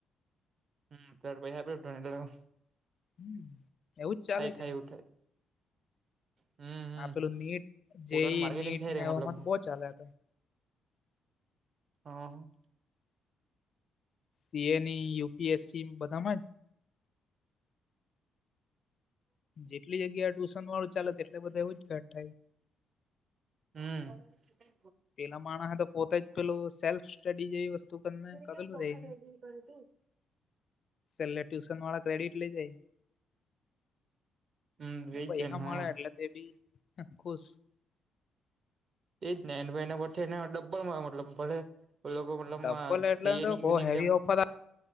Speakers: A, on the right; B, on the left.
A: હમું પૈસા આપૂ ટ્રાય કરવા?
B: હમ એવુંજ ચાલે કે
A: થાય
B: નઈ-
A: એવું થાય હમ હમ
B: આ પેલું નીટ
A: પોટનું
B: જેઈ
A: માર્કેટિંગ
B: નીટ
A: થઈ ર્યું
B: ને એવામાં
A: મતલબમાં-
B: તો બહુ ચાલે તો
A: હ <unintelligible>
B: સી. એ. ની, યુપીએસસી, બધામાં જ. જેટલી જગ્યા ટ્યુશન વાળું ચાલે, એટલે બધા એવું જ ઘટ થાય.
A: હમ પી બને
B: પેલા માણસ તો પોતે જ પેલું સેલ્ફ સ્ટડી જેવી વસ્તુ કરીને કરેલું
A: કેમ પખા
B: રને
A: જું <unintelligible>
B: છેલ્લે ટ્યુશન વાળા ક્રેડિટ લઇ જાય-
A: હમ એજ
B: પૈસા
A: છે ને હા
B: મળે એટલે તે ભી ખુશ-
A: એ જ ને ભાઈ, એ પછી ડબ્બલ માં મતલબ ભલે. એ લોકો મતલબ,
B: ડબ્બલ એટલે
A: સીએની
B: તો
A: કે
B: બહુ
A: એક્ઝામ.
B: હેવી ઓફર